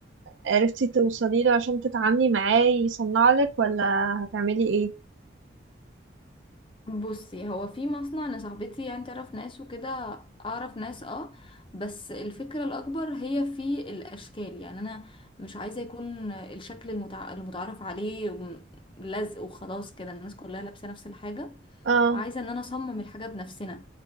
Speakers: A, on the right (about 85°); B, on the left (about 25°).
A: عرفتي توصلي له عشان تتعاملي معاه يصنع لك ولا هتعملي ايه
B: بصي هو في مصنع انا صاحبتي يعني تعرف ناس وكده اعرف ناس اه بس الفكرة الاكبر هي في الاشكال يعني انا مش عايزة يكون الشكل المتع... المتعارف عليه وم- لزق وخلاص كده الناس كلها لابسة نفس الحاجة
A: اه
B: عايزة ان انا اصمم الحاجة بنفسنا